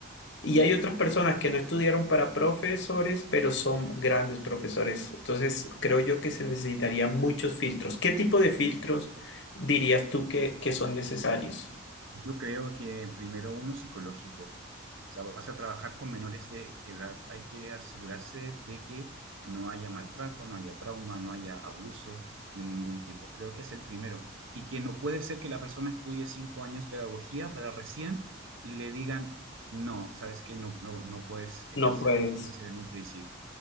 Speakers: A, on the left (about 55°); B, on the right (about 70°).
A: Y hay otras personas que no estudiaron para profesores, pero son grandes profesores. Entonces, creo yo que se necesitaría muchos filtros. ¿Qué tipo de filtros dirías tú que, que son necesarios?
B: Yo creo que primero uno psicológico. O sea, vas a trabajar con menores de edad. Hay que asegurarse de que no haya maltrato, no haya trauma, no haya abuso de ningún tipo. Creo que es el primero. Y que no puede ser que la persona estudie cinco años pedagogía para recién le digan, no, sabes que no, no, no puedes ejercer.
A: No puedes.
B: Tiene que ser en un principio.